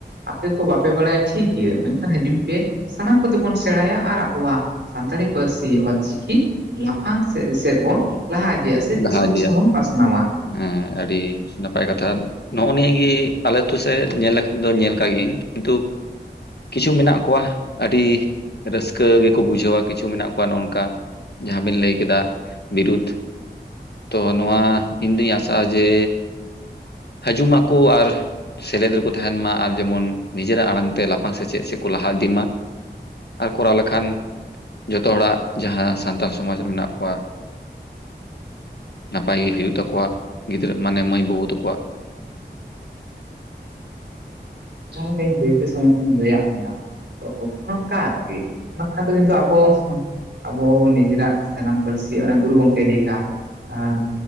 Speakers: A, on the right; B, on the left.
A: ᱟᱯᱮ ᱠᱚ ᱵᱟᱯᱮ ᱵᱟᱲᱟᱭᱟ ᱴᱷᱤᱠ ᱜᱮᱭᱟ ᱢᱮᱱᱠᱷᱟᱱ ᱦᱤᱡᱩᱜ ᱯᱮ ᱥᱟᱱᱟᱢ ᱠᱚᱛᱮ ᱵᱚᱱ ᱥᱮᱬᱟᱭᱟ ᱟᱨ ᱟᱵᱚᱭᱟᱜ ᱥᱟᱱᱛᱟᱲᱤ ᱯᱟᱹᱨᱥᱤ ᱚᱞ ᱪᱤᱠᱤ ᱞᱟᱯᱷᱟᱝ ᱥᱮᱜ ᱥᱮᱜ ᱵᱚᱱ ᱞᱟᱦᱟ ᱤᱫᱤᱭᱟ ᱥᱮ ᱫᱤᱥᱚᱢ
B: ᱞᱟᱦᱟ ᱤᱫᱤᱭᱟ
A: ᱫᱤᱥᱚᱢ ᱵᱚᱱ ᱯᱟᱥᱱᱟᱣᱟ ᱾
B: ᱦᱮᱸ ᱟᱹᱰᱤ ᱱᱟᱯᱟᱭ ᱠᱟᱛᱷᱟ᱾ ᱱᱚᱜᱼᱚ ᱱᱤᱭᱟᱹ ᱜᱮ ᱟᱞᱮ ᱟᱛᱳ ᱥᱮᱫ ᱧᱮᱞ ᱞᱮᱠᱷᱟᱱ ᱫᱚ ᱧᱮᱞ ᱠᱟᱜ ᱜᱤᱧ ᱠᱤᱱᱛᱩᱼᱼ ᱠᱤᱪᱷᱩ ᱢᱮᱱᱟᱜ ᱠᱚᱣᱟ ᱟᱹᱰᱤ - ᱨᱟᱹᱥᱠᱟᱹ ᱜᱮᱠᱚ ᱵᱩᱡᱷᱟᱹᱣᱟ ᱠᱤᱪᱷᱩ ᱢᱮᱱᱟᱜ ᱠᱚᱣᱟ ᱱᱚᱜ-ᱚ ᱱᱚᱝᱠᱟᱼᱼ ᱡᱟᱦᱟᱸ ᱵᱤᱱ ᱞᱟᱹᱭ ᱠᱮᱫᱟ ᱵᱤᱨᱩᱫ, ᱛᱚ ᱱᱚᱣᱟ ᱤᱧ ᱫᱩᱧ ᱟᱥᱟᱜᱼᱟ ᱡᱮ -ᱦᱟᱹᱡᱩᱜ ᱢᱟᱠᱩ ᱟᱨᱼᱼ ᱥᱮᱞᱮᱫ ᱨᱮᱠᱚ ᱛᱟᱦᱮᱱ ᱢᱟ ᱟᱨ ᱡᱮᱢᱚᱱ ᱱᱤᱡᱮᱨᱟᱜ ᱟᱲᱟᱝ ᱛᱮ ᱞᱟᱯᱷᱟᱝ ᱥᱮᱪᱮᱫ ᱥᱮᱜ ᱠᱚ ᱞᱟᱦᱟ ᱤᱫᱤ ᱢᱟ, ᱟᱨ ᱠᱚᱨᱟᱣ ᱞᱮᱠᱷᱟᱱ ᱡᱚᱛᱚ ᱦᱚᱲᱟᱜ ᱡᱟᱦᱟᱸ ᱥᱟᱱᱛᱟᱲ ᱥᱚᱢᱟᱡᱽ ᱨᱮ ᱢᱮᱱᱟᱜ ᱠᱚᱣᱟᱼᱼ ᱱᱟᱯᱟᱭ ᱜᱮ ᱦᱩᱭᱩᱜ ᱛᱟᱠᱚᱣᱟ ᱜᱤᱫᱽᱨᱟᱹ ᱢᱟᱱᱮ ᱢᱟᱹᱭ ᱵᱟᱹᱵᱩ ᱛᱟᱠᱚᱣᱟᱜ᱾
A: ᱡᱟᱦᱟᱸ ᱞᱮᱠᱟᱧ ᱫᱟᱹᱭᱠᱟᱹ ᱥᱚᱢᱮᱛᱤᱧ ᱞᱟᱹᱭᱟᱜ ᱢᱮᱭᱟ <inaudible> ᱟᱵᱚ ᱱᱤᱡᱮᱨᱟᱜ ᱡᱟᱱᱟᱢ ᱯᱟᱹᱨᱥᱤ ᱟᱲᱟᱝ ᱜᱩᱨᱩ ᱜᱚᱝᱠᱮ ᱞᱮᱭ ᱠᱟᱜ-ᱟ᱾ ᱟᱢ